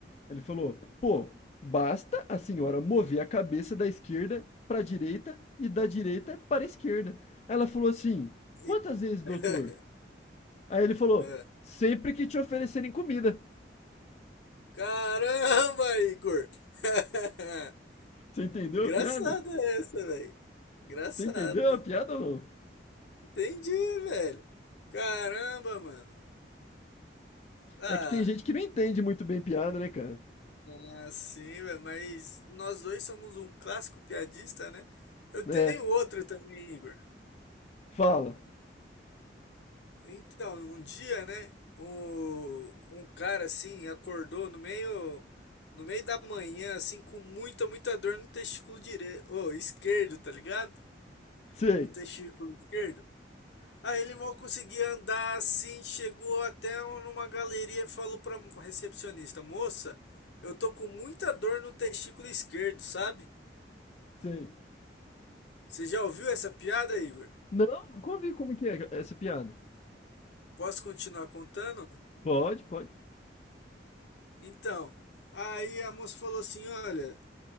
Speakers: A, on the left; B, on the left.
A: Ele falou, pô, basta a senhora mover a cabeça da esquerda pra direita e da direita para a esquerda. Aí ela falou assim: Quantas
B: E-
A: vezes, doutor?
B: <laughs>
A: Aí ele falou:
B: ah.
A: Sempre que te oferecerem comida.
B: Caramba, Igor! <laughs>
A: Você entendeu
B: Engraçada
A: a piada?
B: essa, velho. Engraçada.
A: Você entendeu a piada ou não?
B: Entendi, velho. Caramba, mano. Ah,
A: É que tem gente que não entende muito bem piada, né, cara?
B: Ah, sim, velho, mas nós dois somos um clássico piadista, né? Eu
A: É.
B: tenho outro também, Igor.
A: Fala.
B: Então, um dia, né, o- um cara assim acordou no meio no meio da manhã assim com muita muita dor no testículo direito, ô, esquerdo, tá ligado?
A: Sei.
B: No testículo esquerdo. Aí ele mal conseguia andar assim, chegou até numa galeria e falou pra recepcionista: "Moça, eu tô com muita dor no testículo esquerdo, sabe?"
A: Sei.
B: Você já ouviu essa piada, Igor?
A: Não, nunca ouvi como que é essa piada.
B: Posso continuar contando?
A: Pode, pode.
B: Então, aí a moça falou assim: Olha,